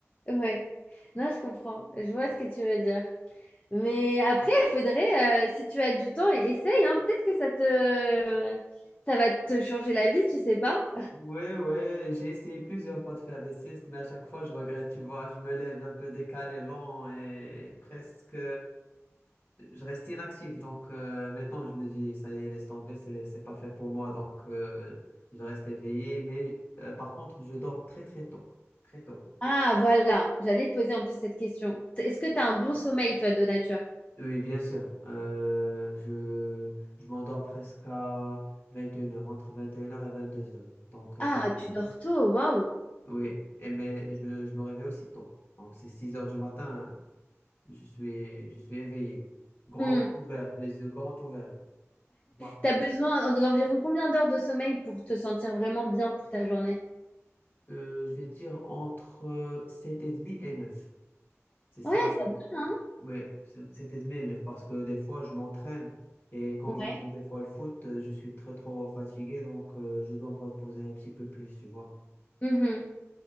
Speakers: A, on the left; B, on the left.
A: ouais. Non, je comprends. Je vois ce que tu veux dire. Mais après, il faudrait, euh, si tu as du temps, essaye, hein. Peut-être que ça te, ça va te changer la vie, tu sais pas.
B: Oui, oui, j'ai essayé plusieurs fois de faire des siestes, mais à chaque fois, je regrette, tu vois. Je me lève un peu décalé, lent et presque. je restais inactif. Donc euh, maintenant, je me dis, ça y est, laisse tomber, c'est, c'est pas fait pour moi. Donc euh, je reste éveillé. Mais euh, par contre, je dors très très tôt. Très tôt.
A: Ah, voilà, j'allais te poser en plus cette question. Est-ce que tu as un bon sommeil, toi, de nature?
B: Oui, bien sûr. Euh, je je m'endors presque à vingt et une heures entre vingt et une heures et vingt deux heures Donc, euh,
A: Ah, tu dors tôt, waouh.
B: oui, et mais je, je me réveille aussi tôt. Donc, c'est six heures du matin, je suis, je suis éveillé. Grand
A: Hmm.
B: ouvert, les yeux grands ouverts. Voilà.
A: T'as besoin d'environ combien d'heures de sommeil pour te sentir vraiment bien pour ta journée?
B: Euh, je vais dire entre sept et 30 et neuf C'est ça,
A: Ouais, ça va, hein?
B: ouais, c'est c'est admin, parce que des fois je m'entraîne et quand
A: Ouais.
B: je joue des fois le foot, euh, je suis très trop fatigué donc euh, je dois me reposer un petit peu plus, tu vois.
A: Mhm.